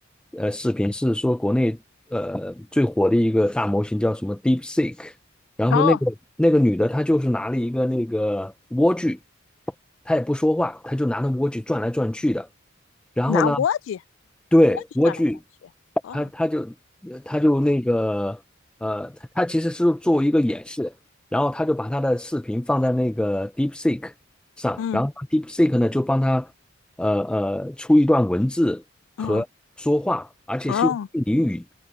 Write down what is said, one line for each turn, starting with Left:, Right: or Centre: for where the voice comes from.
Centre: 呃视频，是说国内呃最火的一个大模型叫什么 DeepSeek，然后那个那个女的她就是拿了一个那个莴苣，
Left: 哦，
Centre: 她也不说话，她就拿那莴苣转来转去的，然后呢，
Left: 拿蜗居，
Centre: 对，
Left: 蜗居转来转去。
Centre: 莴苣
Left: 哦，
Centre: 他他就呃他就那个呃，他他其实是做一个演示，然后他就把他的视频放在那个 DeepSeek 上，
Left: 嗯
Centre: 然后 DeepSeek 呢就帮他呃呃出一段文字和说话，
Left: 嗯，
Centre: 而且是用印尼语，
Left: 哦